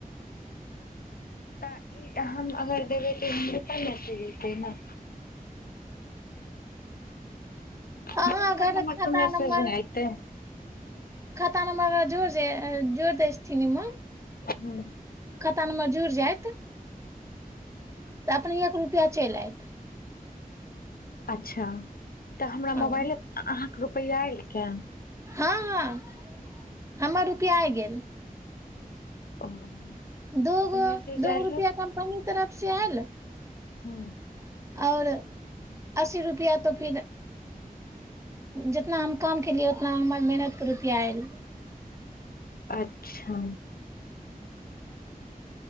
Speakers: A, on the left (about 80°); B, on the right (about 20°).
A: तऽ ई हम अगर देबै तऽप त ने हमरे
B: अर
A: मोबाइल नम्बर
B: खाता
A: पर मैसेज
B: नर
A: नै एतै
B: तान मग जोरज जोर दैसथिीन निम
A: हँ
B: तन म जूर जायइत तऽ अपने एक रुपआ चलि आयत
A: अच्छा तऽ हमरा
B: हँ
A: मोबाइले अहाँके रुपैआ एयलखै
B: हँ हँ हमर रुपआ आ गेल
A: ओ तऽ
B: दोगो
A: मैसेज
B: दोगो
A: आयल
B: रुपआ कम कमी तऽ रसी आयल
A: ह्म
B: आओर अस्सी रुपआ तो फिर जितना हम काम केलियै उतना हमर मेहनत के रुपआ आयल
A: अच्छा